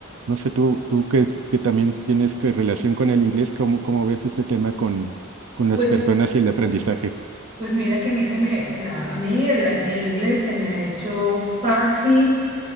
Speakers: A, on the right; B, on the right.
A: No sé, tú, tú que, que también tienes que relación con el inglés, ¿cómo, cómo ves ese tema con, con las
B: pues,
A: personas y el aprendizaje?
B: pues mira que a mí se me, o sea, a mí el, el inglés se me ha hecho fácil,